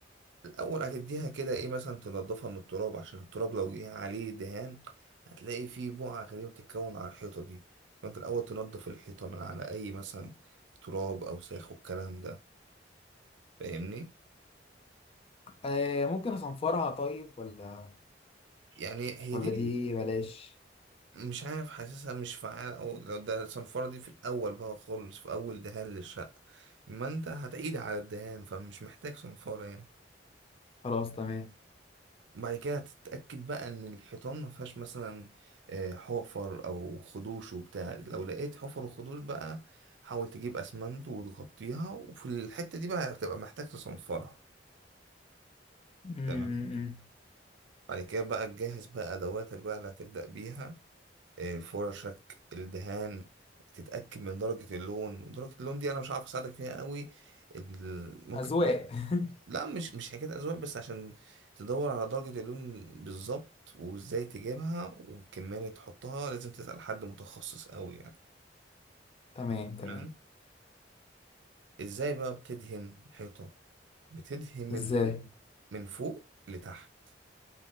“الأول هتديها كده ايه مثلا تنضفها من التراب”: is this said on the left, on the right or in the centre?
Right